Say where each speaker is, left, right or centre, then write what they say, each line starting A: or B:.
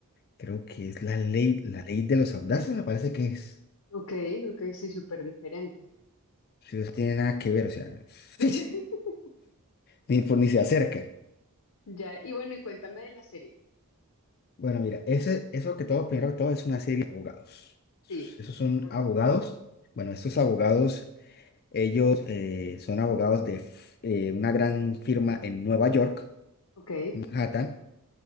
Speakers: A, on the left (about 45°); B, on the left (about 80°).
A: creo que es la ley, la ley de los audaces, me parece que es.
B: Ok, ok, sí, súper diferente.
A: Si no tiene nada que ver, o sea,
B: <laughs>
A: <laughs> ni, por- ni se acerca.
B: Ya, y bueno, y cuéntame de la serie.
A: Bueno, mira, ese, eso que todo, primero que todo, es una serie de abogados.
B: Sí.
A: Esos son
B: Ajá.
A: abogados. Bueno, estos abogados, ellos eh, son abogados de f- eh, una gran firma en Nueva York,
B: Ok,
A: Manhattan.